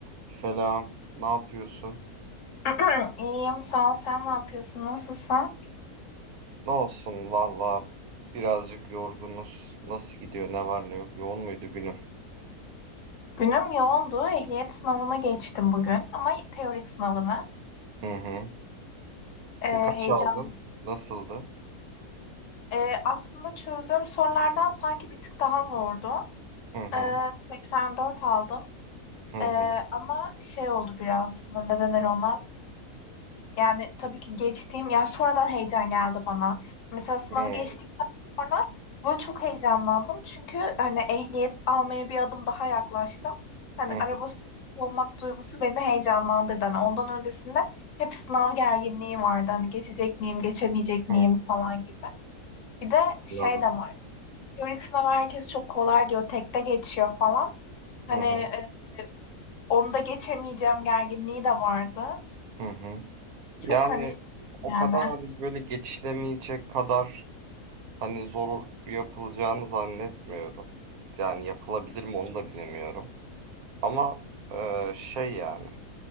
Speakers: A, on the right; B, on the left.
A: Selam, ne yapıyorsun?
B: <clears throat> İyiyim, sağ ol. Sen ne yapıyorsun? Nasılsın?
A: Ne olsun valla birazcık yorgunuz. Nasıl gidiyor, ne var ne yok? Yoğun muydu günün?
B: Günüm yoğundu. Ehliyet sınavına geçtim bugün ama teorik sınavını.
A: Hı hı.
B: Ee,
A: Ne- Kaç
B: heyecan.
A: aldın? Nasıldı?
B: Ee, aslında çözdüğüm sorulardan sanki bir tık daha zordu.
A: Hı hı.
B: Ee, 84 aldım.
A: Hı hı.
B: Ee, ama şey oldu biraz aslında. Ne denir ona? Yani tabii ki geçtiğim, ya sonradan heyecan geldi bana. Mesela sınavı
A: Hı hı.
B: geçtikten sonra böyle çok heyecanlandım. Çünkü hani ehliyet almaya bir adım daha yaklaştım. Hani
A: Hı
B: araba sürücüsü olmak duygusu beni heyecanlandırdı. Hani ondan öncesinde hep sınav gerginliği vardı. Hani geçecek miyim, geçemeyecek
A: hı.
B: miyim falan gibi. Bir de şey
A: Anladım.
B: de var. Teorik sınav herkes çok kolay diyor, tekte geçiyor falan. Hani
A: Hı hı.
B: e, onu da geçemeyeceğim gerginliği de vardı.
A: Hı hı.
B: Çok
A: Yani
B: hani şey
A: o
B: yani.
A: kadar hani böyle geçilemeyecek kadar hani zor yapılacağını zannetmiyorum. Yani yapılabilir mi onu da bilemiyorum. Ama eee, şey yani.